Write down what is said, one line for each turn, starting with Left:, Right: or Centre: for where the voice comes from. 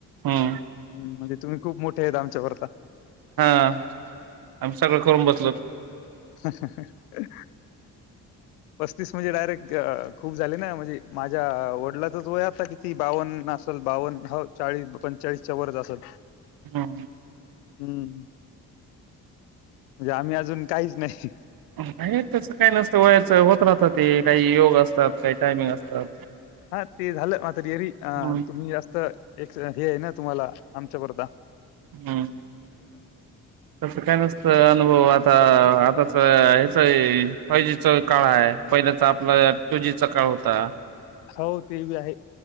Right: हम्म
Left: म्हणजे तुम्ही खूप मोठे आहेत, आच्या बरका.
Right: हा आम्ही सगळं करून बसलोत.
Left: ह. ह. ह. पस्तीस म्हणजे डायरेक्ट अ खूप झाले ना म्हणजे, माझ्या वडलाचाच वय आता किती बावन्न असल, बावन्न ह चाळीस पंचेचाळीसच्या वरच असल.
Right: हम.
Left: हम, म्हणजे आम्ही अजून काहीच नाही.
Right: नाही तसा काही नसतं वयाचं होत राहत. ते काही योग असतात. काय टायमिंग असतात.
Left: हा ते झालं रिअली अ
Right: हम्म
Left: तुम्ही जास्त एक हे आहे ना तुम्हाला आमच्या वरचा
Right: हम तस काय नसत. अनुभव आता आताचा फायजी चा काळ आहे पहिल्याचा आपला टूजी चा काळ होता
Left: हो ते बी आहे